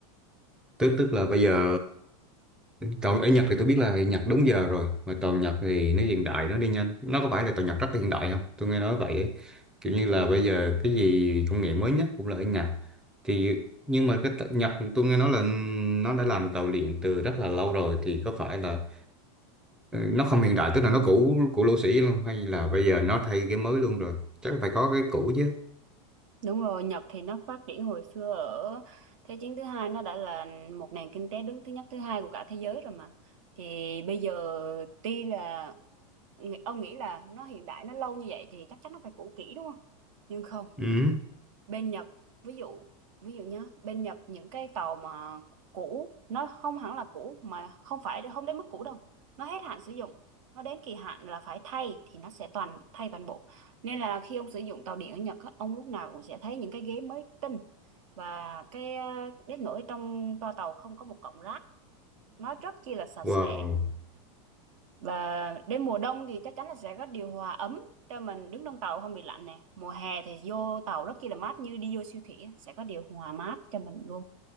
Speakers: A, in the centre; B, on the right.
A: tức tức là bây giờ Tàu ở Nhật thì tôi biết là Nhật đúng giờ rồi mà tàu Nhật thì nó hiện đại nó đi nhanh nó có phải là tàu Nhật rất là hiện đại không tôi nghe nói vậy ấy. kiểu như là
B: Ừ.
A: bây giờ cái gì công nghệ mới nhất cũng là ở Nhật thì nhưng mà cái tàu Nhật tôi nghe nói là nó đã làm tàu điện từ rất là lâu rồi thì có phải là nó không hiện đại tức là nó cũ cũ lỗ sĩ luôn hay là bây giờ nó thay cái mới luôn rồi chắc phải có cái cũ chứ
B: Đúng rồi, Nhật thì nó phát triển hồi xưa ở Thế chiến thứ hai nó đã là một nền kinh tế đứng thứ nhất thứ hai của cả thế giới rồi mà. Thì bây giờ tuy là nghĩ- ông nghĩ là nó hiện đại nó lâu như vậy thì chắc chắn nó phải cũ kỹ đúng không? Nhưng không,
A: ừ.
B: bên Nhật ví dụ ví dụ nhá bên Nhật những cái tàu mà cũ nó không hẳn là cũ mà không phải không đến mức cũ đâu nó hết hạn sử dụng nó đến kỳ hạn là phải thay thì nó sẽ toàn thay toàn bộ nên là khi ông sử dụng tàu điện ở Nhật á, ông lúc nào cũng sẽ thấy những cái ghế mới tinh và cái ờ, đến nỗi trong toa tàu không có một cọng rác nó rất chi là sạch
A: wow
B: sẽ và đến mùa đông thì chắc chắn là sẽ có điều hòa ấm cho mình đứng trong tàu không bị lạnh nè. Mùa hè thì vô tàu rất chi là mát như đi vô siêu thị á, sẽ có điều hòa mát cho mình luôn.